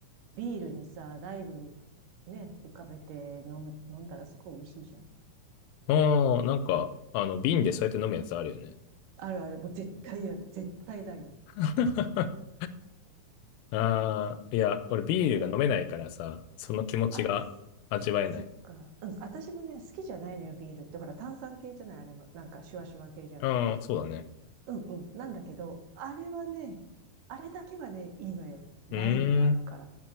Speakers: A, on the right; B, on the left.
A: ビールにさ、ライム、ね、浮かべて飲む、飲んだらすごい美味しいじゃん。
B: ああ、なんか、あの、瓶でそうやって飲むやつあるよね。
A: あるある。もう絶対ある。絶対ライム。
B: <laughs> ああ、いや、俺ビールが飲めないからさ、
A: そう。
B: その気持ちが味わえない。
A: あ、そっか。うん。私もね、好きじゃないのよ、ビールって。ほら、炭酸系じゃない、あれも。なんか、シュワシュワ系じゃない。
B: ああ、そうだね。
A: うんうん。なんだけど、あれはね、あれだけはね、いいのよ。ライムがあるから。
B: うーん。